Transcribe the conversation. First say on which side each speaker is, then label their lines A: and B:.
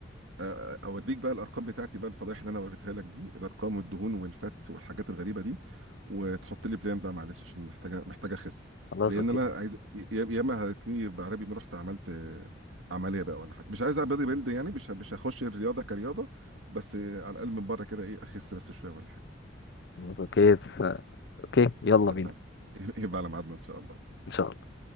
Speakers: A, on the right; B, on the left.
A: آه، اوريك بقى الارقام بتاعتي بقى الفضايح اللي انا وريتها لك دي الارقام والدهون والفاتس والحاجات الغريبه دي وتحط لي بلان بقى معلش عشان محتاجه محتاجه اخس
B: خلاص
A: لان
B: اوكي
A: انا عايز يا- ياما هتلاقيني بعربي ما رحت عملت آه، عمليه بقى ولا حاجه مش عايز اعمل بودي بيلد يعني مش مش هخش الرياضه كرياضه بس آه، على الاقل من بره كده ايه اخس بس شويه ولا حاجه
B: خلاص اوكي اوكي يلا
A: اتفقنا
B: بينا
A: <laughs> يبقى على ميعادنا ان شاء الله
B: ان شاء الله